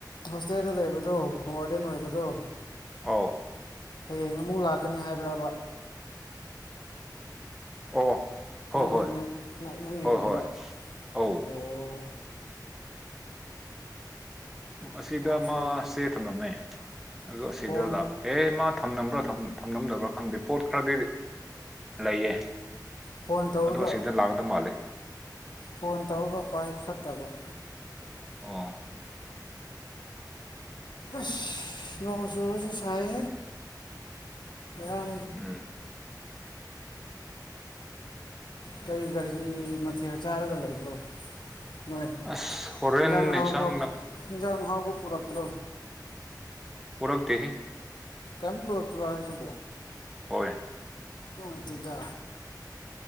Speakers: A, on the left; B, in the centre.
A: ꯍꯣꯁꯇꯦꯜꯗ ꯂꯩꯕꯗꯣ ꯍꯣꯝ ꯋꯥꯔꯗꯦꯟ ꯑꯣꯏꯕꯗꯣ
B: ꯑ
A: ꯍꯌꯦꯡ ꯑꯃꯨꯛ ꯂꯥꯛꯀꯅꯤ ꯍꯥꯏꯕ꯭ꯔꯕ
B: ꯑꯣ ꯍꯣꯏ
A: ꯅꯪꯪ
B: ꯍꯣꯏ
A: ꯅꯪꯒꯤ
B: ꯍꯣꯏ
A: ꯔꯣꯝꯗ
B: ꯍꯣꯏ ꯑꯧ
A: ꯑꯣ
B: ꯎ ꯑꯁꯤꯗ
A: ꯃꯥ
B: ꯃꯥꯁꯦ
A: ꯐꯣꯟ
B: ꯊꯝꯂꯝꯃꯦ ꯑꯗꯨ ꯑꯁꯤꯗ
A: ꯐꯣꯟ
B: ꯂꯥꯛ ꯑꯦ ꯃꯥ ꯊꯝꯂꯝꯕ꯭ꯔꯥ ꯊꯝꯂꯝꯗꯕ꯭ꯔꯥ ꯈꯪꯗꯦ ꯄꯣꯠ ꯈꯔꯗꯤ ꯂꯩꯌꯦ
A: ꯐꯣꯟ ꯇꯧꯔꯒ
B: ꯑꯗꯣ ꯑꯁꯤꯗ ꯂꯥꯛꯀꯗꯕ ꯃꯥꯜꯂꯦ
A: ꯐꯣꯟ ꯇꯧꯔꯒ ꯄꯥꯏꯈꯠ ꯇꯕꯛ
B: ꯑꯣ
A: ꯑꯁ ꯅꯉꯁꯨꯁꯨ ꯁꯥꯏ ꯑ
B: ꯎꯝ
A: ꯀꯔꯤ ꯀꯒꯥꯔꯤ ꯃꯊꯦꯜ ꯆꯥꯔꯒ ꯂꯩꯕ꯭ꯔꯣ ꯅꯣꯏ
B: ꯑꯁ ꯍꯣꯔꯦꯟ
A: ꯌꯦꯟꯖꯥꯡ ꯍꯥꯎꯕ
B: ꯏꯟꯁꯥꯡ ꯅꯥꯄꯤ
A: ꯍꯟꯖꯥꯡ ꯍꯥꯎꯕ ꯄꯨꯔꯛꯇ꯭ꯔꯣ
B: ꯐꯔꯛꯗ ꯍ
A: ꯀꯔꯝ ꯄꯨꯔꯛꯇ꯭ꯔꯣ ꯍꯥꯏꯁꯤꯕꯣ
B: ꯍꯣꯏ
A: ꯏꯇꯤꯗ